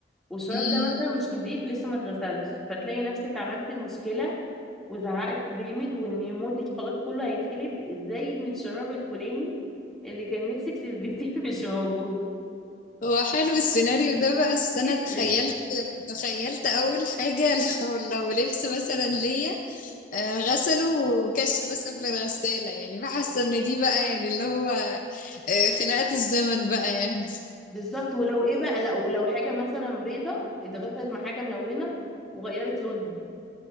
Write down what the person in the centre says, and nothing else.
والشراب
ده مثلا مش نضيف لسه ما اتغسلش فتلاقي نفسك عملتي مشكلة وزعقتي جامد وان مودك خلاص كله هيتقلب ازاي ان الشراب الفلاني اللي كان نفسك تلبسيه <laughs> مش موجود
جدا
بالظبط ولو ايه بقى لا ولو حاجة مثلا بيضة اتغسلت مع حاجة ملونة وغيرت لونها